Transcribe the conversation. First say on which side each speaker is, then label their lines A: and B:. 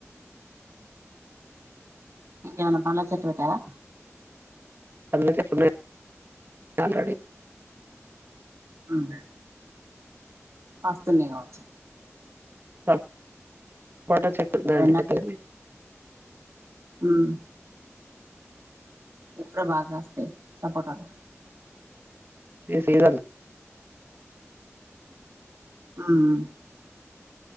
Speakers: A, on the right (about 70°); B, on the right (about 45°).
A: ఇంకా ఎమన్నా పళ్ళ చెట్టు పెట్టావా
B: మల్ల చెట్లు ఉన్నాయి ఆల్రెడీ
A: ఉమ్ కాస్తున్నాయి కావచ్చు
B: ప పోటా చెట్టు
A: ఇప్పుడు
B: ఉండండి పెద్దది
A: ఉమ్ ఇప్పుడే బాగా కస్తాయ్ సపోటలు
B: ఈ సీజన్
A: ఉమ్